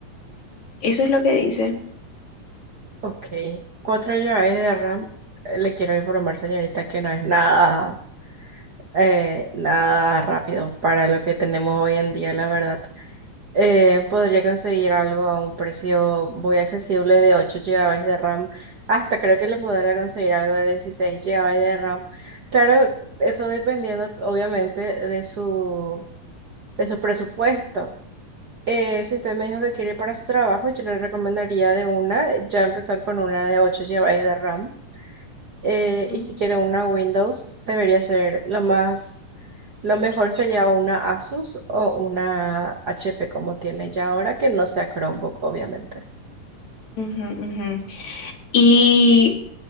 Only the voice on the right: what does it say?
Ok, 4 GB de RAM. Eh, Le quiero informar, señorita, que no es nada, eh, nada rápido para lo que tenemos hoy en día, la verdad. Eh, podría conseguir algo a un precio muy accesible de 8 gigabytes de RAM. Hasta creo que le podría conseguir algo de 16 gigabytes de RAM. Claro, eso dependiendo, obviamente, de su, de su presupuesto. Eh, si usted me dijo que quiere para su trabajo, yo le recomendaría de una, ya empezar con una de 8 GB de RAM. Eh,
y si quiere una Windows, debería ser lo más, lo mejor sería una Asus o una HP como tiene ya ahora, que no sea Chromebook, obviamente.